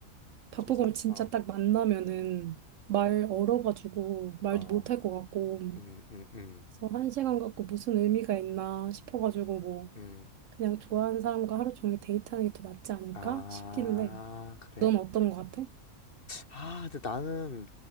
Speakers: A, on the right; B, on the left.
A: 박보검
B: 좀 사,
A: 진짜
B: 어,
A: 딱 만나면은 말 얼어가지고 말도
B: 어,
A: 못할 것 같고
B: 음, 음, 음.
A: 그래서 한 시간 갖고 무슨 의미가 있나 싶어가지고 뭐
B: 음.
A: 그냥 좋아하는 사람과 하루 종일 데이트하는 게 더 낫지 않을까
B: 아,
A: 싶기는 해.
B: 그래?
A: 넌 어떤 것 같아?
B: 아, 근데 나는